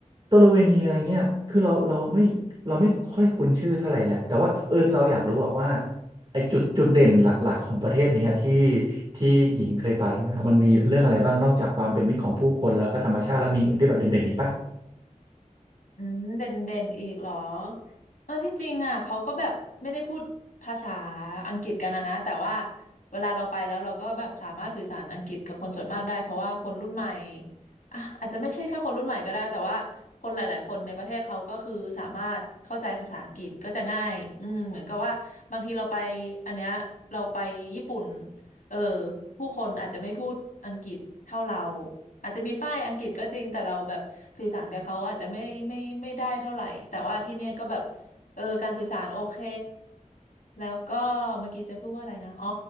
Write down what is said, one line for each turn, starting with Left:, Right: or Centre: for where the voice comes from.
Right: สโลเวเนียอย่างเงี้ยคือเราเราไม่เราไม่ค่อยคุ้นชื่อเท่าไหร่แหละแต่ว่าเออเราอยากรู้อะว่า ไอจุดจุดเด่นหลักๆของประเทศเนี้ยที่ที่หญิงเคยไปมามันมีเรื่องอะไรบ้างนอกจากความเป็นมิตรของผู้คนแล้วก็ธรรมชาติแล้วมีอื่นที่แบบเด่นๆอีกปะ
Left: อืมเด่นเด่นอีกเหรอเออที่จริงอ่ะเขาก็แบบไม่ได้พูดภาษาอังกฤษกันนะนะแต่ว่าเวลาเราไปแล้วเราก็แบบสามารถสื่อสารอังกฤษกับคนส่วนมากได้เพราะว่าคนรุ่นใหม่อ่ะอาจจะไม่ใช่แค่คนรุ่นใหม่ก็ได้แต่ว่าคนหลายๆคนในประเทศเขาก็คือสามารถเข้าใจภาษาอังกฤษก็จะง่ายอืมเหมือนกับว่าบางทีเราไปอันเนี้ยเราไปญี่ปุ่น เออผู้คนอาจจะไม่พูดอังกฤษเท่าเราอาจจะมีป้ายอังกฤษก็จริงแต่เราแบบสื่อสารกับเขาอาจจะไม่ไม่ไม่ได้เท่าไหร่แต่ว่าที่เนี่ยก็แบบเออการสื่อสารโอเคแล้วก็เมื่อกี้จะพูดว่าอะไรนะอ๋อ